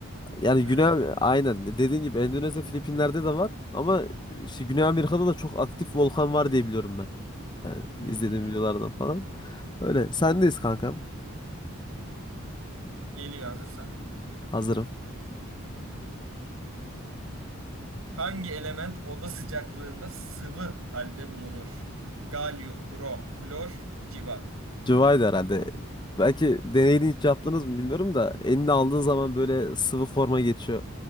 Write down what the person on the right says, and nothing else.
Ee,
hmm.
Geliyor hazırsan.
Hangi element oda sıcaklığında sıvı halde bulunur? Galyum, brom, klor, civa.